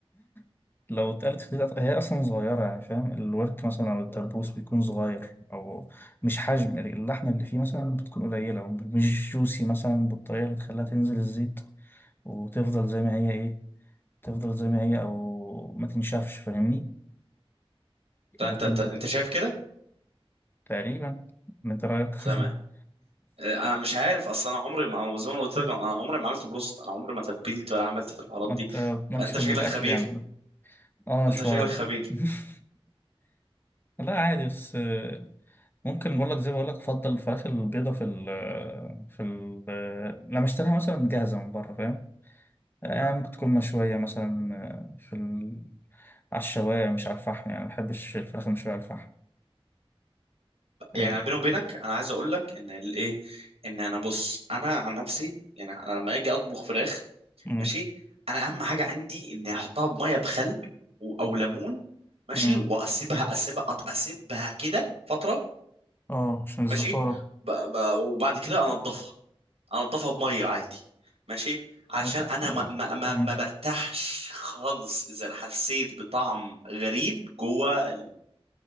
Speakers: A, on the left; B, on the right.
A: <laughs> لو اتقلت في دقيقة- هي أصلا صغيرة يعني فاهم الورك مثلا أو الدبوس بيكون صغير أو مش حجم اللحمة اللي فيه مثلا بتكون قليلة ومش جوسي مثلا بالطريقة اللي تخليها تنزل الزيت وتفضل زي ما هي إيه تفضل زي ما هي او ما تنشفش فاهمني
B: ده
A: لكن
B: انت انت, انت شايف كده
A: تقريبا من رايك <laughs>
B: تمام آه، انا مش عارف اصلا انا عمري ما زي ما أنا قلت لك انا عمري ما عملت بروست انا عمري ما تبلت ولا عملت الحوارات
A: انت
B: دي
A: مالكش
B: انت
A: في
B: شكلك
A: الاكل
B: خبير
A: يعني اه
B: انت
A: شويه
B: شكلك خبير
A: <laughs> لا عادي بس آه، ممكن بقول لك زي ما بقول لك افضل الفراخ البيضه في ال في ال لما اشتريها مثلا جاهزه من بره فاهم آه ممكن تكون مشويه مثلا آه، في ال... على الشوايه مش على الفحم يعني ما بحبش الفراخ المشويه على الفحم آه،
B: يعني بيني وبينك انا عايز اقول لك ان الايه ان انا بص انا عن نفسي يعني انا لما اجي اطبخ فراخ
A: مم.
B: ماشي انا اهم حاجه عندي اني احطها بميه بخل و- او ليمون ماشي
A: مم.
B: واسيبها اسيبها أط- اسيبها كده فتره
A: اه عشان الزفارة
B: ماشي ب... ب... وبعد كده انضفها انضفها بميه عادي ماشي علشان
A: على فكرة
B: انا ما ما ما,
A: مم،
B: ما برتاحش خالص اذا حسيت بطعم غريب جوه